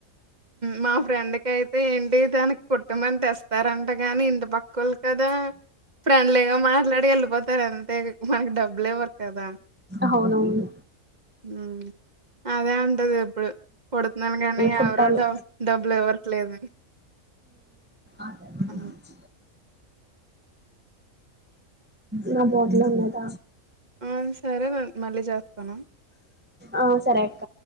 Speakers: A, on the right; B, on the right.
A: మా ఫ్రెండ్ కయితే ఏంటి దానికి కుటుమని అని తెస్తారంటగాని ఇంటి <unintelligible> కదా ఫ్రెండ్లీగా మాట్లాడి వెళ్ళిపోతారు అంతే మనకి డబ్బులు ఇవ్వరు కదా
B: అవునవును
A: హ్మ్. అదే అంటది ఎప్పుడు. కుడుతున్నాను గానీ
B: <unintelligible> కుట్టాలి
A: ఎవరు డబ్ <unintelligible>
B: ఆదచ్చ
A: అని.
B: నా బోట్లో ఉన్నద
A: ఆ సరే ర మళ్ళీ చేస్తను
B: ఆ సరే అక్క